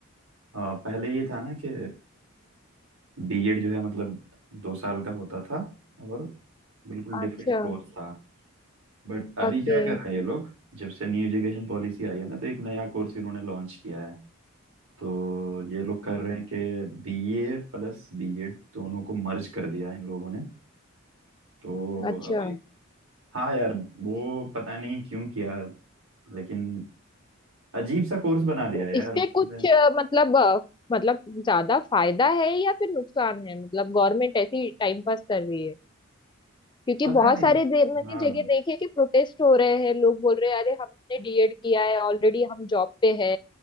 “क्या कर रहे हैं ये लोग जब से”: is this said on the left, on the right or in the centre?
Right